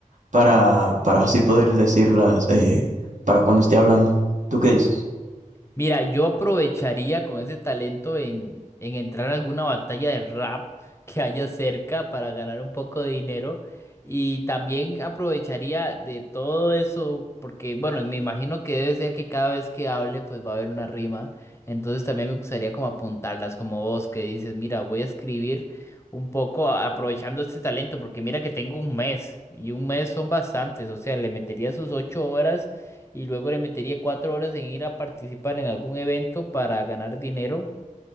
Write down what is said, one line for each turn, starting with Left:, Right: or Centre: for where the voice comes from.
Right: para, para así poder decirlas eh, para cuando esté hablando. ¿Tú qué dices?
Left: Mira, yo aprovecharía con ese talento en, en entrar a alguna batalla de rap que haya cerca para ganar un poco de dinero. Y también aprovecharía de todo eso, porque bueno, me imagino que debe ser que cada vez que hable pues va a haber una rima. Entonces también me gustaría como apuntarlas, como vos que dices, mira, voy a escribir un poco a- aprovechando este talento, porque mira que tengo un mes y un mes son bastantes, o sea, le metería sus ocho horas y luego le metería cuatro horas en ir a participar en algún evento para ganar dinero